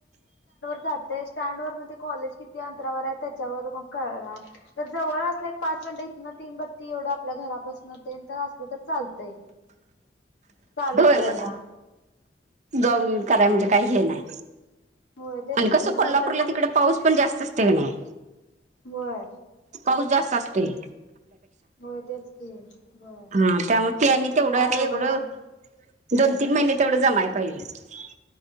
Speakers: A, on the left; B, on the right.
A: जाते स्टॅन्ड वर ते कॉलेज किती अंतरावर आहे त्याच्यावर मग कळणार तर जवळ असल की पाच मिनट इथ- तीन बत्ती एवढं आपल्या घरापासून तेन तर असलं तर चालतयं चालत
B: होय
A: जायला.
B: मग जाऊन येऊन करायं म्हणजे काही हे नाही.
A: होय तेच
B: आणि कसं
A: की नाहीतर
B: कोल्हापूरला
A: मग
B: तिकडे पाऊस पण जास्त असतं. नाही
A: होय
B: पाऊस जास्त असतोयं.
A: होय तेच की. होय
B: हा त्यामुळे ते आणि तेवढं
A: काय
B: एवढं.
A: अवघडच आहे.
B: दोन तीन महिने तेवढं जमायं पाहिजे.